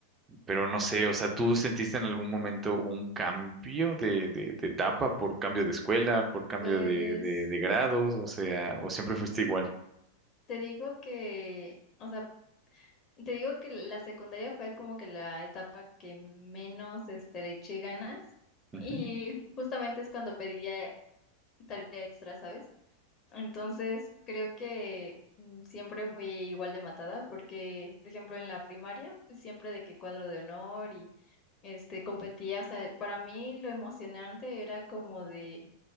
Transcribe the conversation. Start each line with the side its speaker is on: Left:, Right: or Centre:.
Right: Pero no sé, o sea, ¿tú sentiste en algún momento un cambio de, de, de etapa por cambio de escuela, por cambio
Left: Pues
Right: de, de, de grados? O sea, ¿o siempre fuiste igual?
Left: te digo que, o sea, te digo que la secundaria fue como que la etapa que menos este, le eché ganas
Right: Ujú,
Left: y justamente es cuando pedía tarea extra, ¿sabes? Entonces creo que mm, siempre fui igual de matada porque, por ejemplo, en la primaria, pues siempre de que cuadro de honor y este competía, o sea, para mí lo emocionante era como de